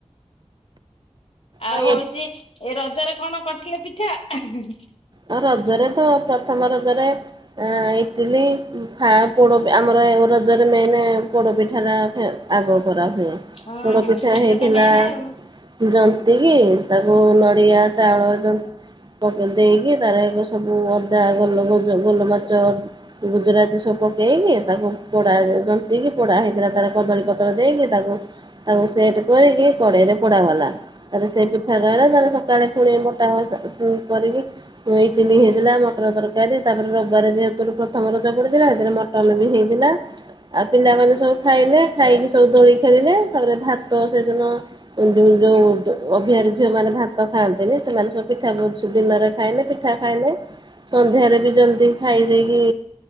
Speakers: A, on the left; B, on the right.
A: ଆଉ
B: ହଁ ଏ
A: ହଉଛି ଏ ରଜରେ କଣ କରିଥିଲ ପିଠା ଅହୁଁ ହୁଁ।
B: ଏ ରଜରେ ତ ପ୍ରଥମ ରଜରେ ଏ ଇଟିଲି ଫା ପୋଡ ଆମର ରଜରେ ମେନେ ପୋଡପିଠାରେ ର ଆଗ କରା ହୁ
A: ହଁ
B: ପୋଡ
A: ହଁ
B: ପିଠା
A: ସେଇଟା
B: ହେଇଥିଲା
A: ତ ମେନ୍ ଆଉ
B: ଜନ୍ତ ତିକି ତାକୁ ନଡ଼ିଆ ଚାଉଳ ଯେ ପକେଇ ଦେଇକି ତାର ସବୁ ଅଦା ଗୋଲମରିଚ ଗୋଲମରିଚ ଗୁଜୁରାତି ସବୁ ପକେଇକି ତାକୁ ପୋଡ଼ା ଜନ୍ତକି ପୋଡ଼ା ହେଇଥିଲା ତାର କଦଳୀପତ୍ର ଦେଇକି ତାକୁ ତାକୁ ସେଟ୍ କରିକି କଡ଼େଇରେ ପୋଡ଼ାଗଲା ତାରେ ସେ ପିଠା କହିଲ ତାର ସକାଳେ ପୁଣି କଟା କରିକି ଇଟିଲି ହେଇଥିଲା ମଟନ ତରକାରୀ ତାପରେ ରବିବାର ଯେହେତୁ ପ୍ରଥମ ରଜ ପଡିଥିଲା ସେଥିରେ ମଟନ ବି ହେଇଥିଲା ଆଉ ପିଲାମାନେ ସବୁ ଖାଇଲେ ଖାଇକି ସବୁ ଦୋଳି ଖେଳିଲେ ତାପରେ ଭାତ ସେଦିନ ଯୋଉ ଅଭିଆରି ଝିଅମାନେ ଭାତ ଖାଆନ୍ତି ନା ସେମାନେ ସବୁ ପିଠା ସବୁ ଦିନରେ ଖାଇଲେ ପିଠା ଖାଇଲେ ସନ୍ଧ୍ୟାରେ ବି ଜଲଦି ଖାଇ ଦେଇେକି